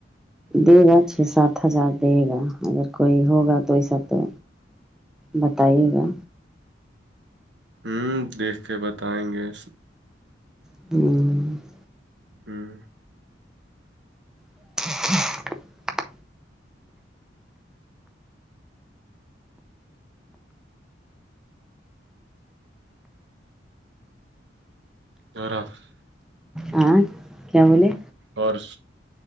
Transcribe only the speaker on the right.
ہوں دیکھ کے بتائیں گے
ہوں
اورخ <unintelligible>
اور